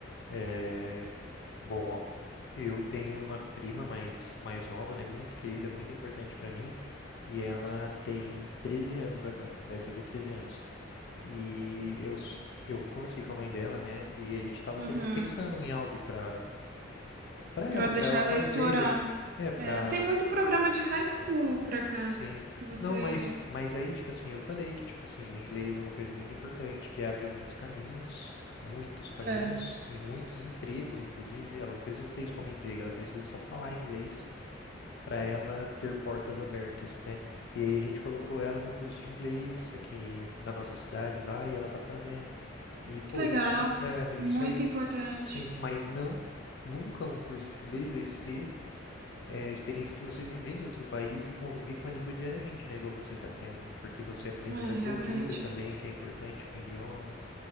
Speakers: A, on the left (about 55°); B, on the right (about 45°).
A: Eh, Bom, eu tenho uma prima mais, mais nova, né? Muito querida, muito importante pra mim. E ela tem 13 anos agora, vai fazer 13 anos. E eu, s- eu conversei com a mãe dela, né? E a gente tava
B: Uhum.
A: querer, pensando em algo pra, pra
B: Pra
A: ela,
B: deixar
A: pra ela
B: ela
A: fazer.
B: explorar.
A: É, pra.
B: É, tem muito programa de high school pra cá.
A: Sim.
B: Que você.
A: Não, mas, mas aí, tipo assim, eu falei que, tipo assim, o inglês é uma coisa muito importante, que abre muitos caminhos. Muitos caminhos,
B: É.
A: em muitos empregos, inclusive, ela não precisa ter isso como emprego, ela precisa só falar inglês para ela ter portas abertas, né? E aí a gente colocou ela num curso de inglês aqui na nossa cidade lá e ela tá fazendo. E pô,
B: Que legal.
A: isso é, isso
B: Muito
A: é
B: importante.
A: sim, mas não nunca um curso de inglês vai ser é, a experiência de você viver em outro país e conviver com a língua diariamente, né? Igual você tá tendo, porque você aprende
B: É,
A: da
B: realmente.
A: cultura também, que é importante para o idioma,